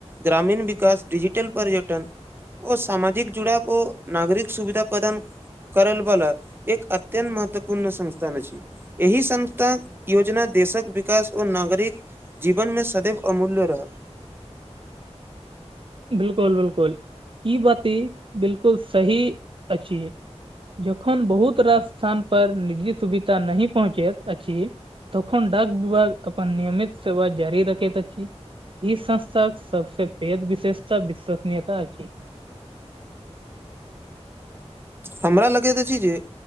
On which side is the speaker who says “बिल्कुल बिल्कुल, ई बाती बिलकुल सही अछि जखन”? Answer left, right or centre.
Right